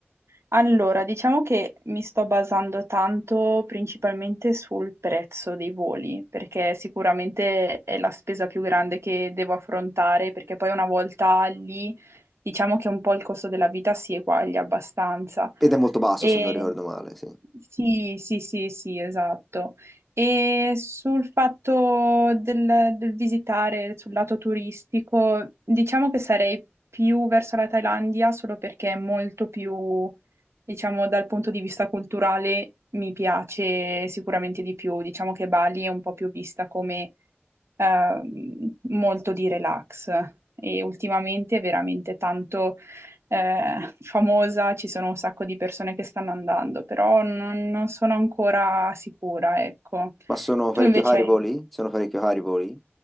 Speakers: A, on the right; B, in the centre.
A: Allora, diciamo che mi sto basando tanto principalmente sul prezzo dei voli, perché sicuramente è la spesa più grande che devo affrontare, perché poi una volta lì, diciamo che un po' il costo della vita si eguaglia abbastanza.
B: Ed è molto basso
A: E
B: se non ricordo male, sì.
A: sì, sì, sì, sì, esatto. E sul fatto del, del visitare sul lato turistico, diciamo che sarei più verso la Thailandia solo perché è molto più, diciamo, dal punto di vista culturale mi piace sicuramente di più. Diciamo che Bali è un po' più vista come ehm, molto di relax e ultimamente è veramente tanto eh, famosa, ci sono un sacco di persone che stanno andando, però non, non sono ancora sicura, ecco.
B: Ma sono
A: Tu
B: parecchio
A: invece
B: cari
A: hai...
B: i voli? Sono parecchio cari i voli?